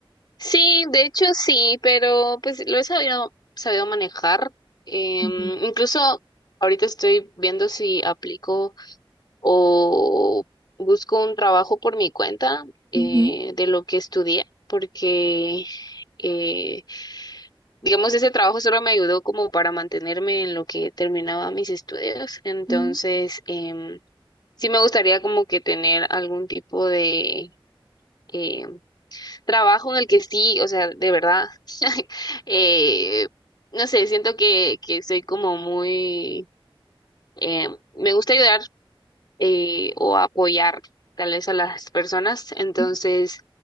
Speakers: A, on the left; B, on the right.
A: Sí, de hecho sí, pero pues lo he sabido, sabido manejar. Em,
B: Ujú.
A: incluso ahorita estoy viendo si aplico o busco un trabajo por mi cuenta eh,
B: Ujú,
A: de lo que estudié, porque... eh, digamos, ese trabajo solo me ayudó como para mantenerme en lo que terminaba mis estudios. Entonces,
B: mm,
A: em, sí me gustaría como que tener algún tipo de em, trabajo en el que sí, o sea, de verdad, <laughs> eh, no sé, siento que, que soy como muy, em, me gusta ayudar eh, o apoyar tal vez a las personas. Entonces,
B: mm,